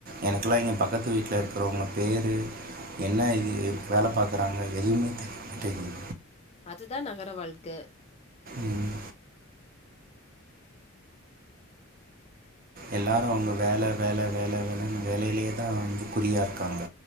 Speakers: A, on the right (about 45°); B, on the left (about 30°).
A: எனக்குலா இங்க பக்கத்து வீட்ல இருக்றவுங்க பேரு என்ன இது வேல பாக்குறாங்க எதுவ்மே தெரிய மாட்டெங்கிது
B: அதுதா நகர வாழ்க்க
A: ம் எல்லாரு அவுங்க வேல வேல வேல வே லன் வேலைலயே தா வந்து குறியா இருக்காங்க